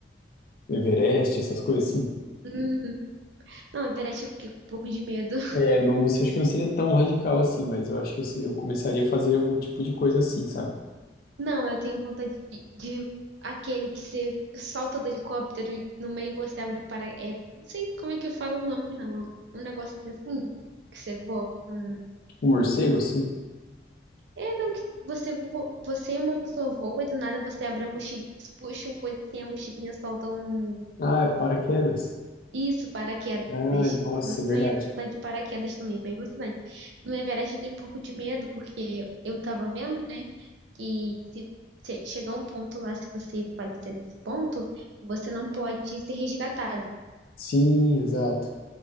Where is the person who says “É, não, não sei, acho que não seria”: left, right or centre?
Left